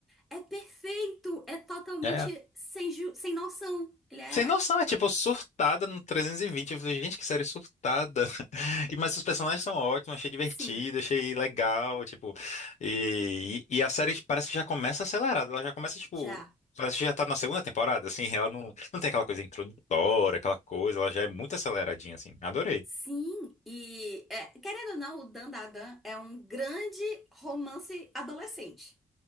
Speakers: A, in the centre; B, on the left (about 55°).
A: É perfeito, é totalmente
B: É.
A: sem, ju- sem noção. Ele é
B: Sem noção, é tipo surtada no 320. Eu falei, gente, que série surtada. <laughs> E, mas os personagens são ótimos, achei divertido,
A: sim,
B: achei legal, tipo. E, e, e a série parece que já começa acelerada. Ela já começa, tipo.
A: já.
B: Parece que já tá na segunda temporada, assim. Ela não, não tem aquela coisa introdutória, aquela coisa. Ela já é muito aceleradinha, assim. Adorei.
A: Sim, e é, querendo ou não, o Dan da Dan é um grande romance adolescente.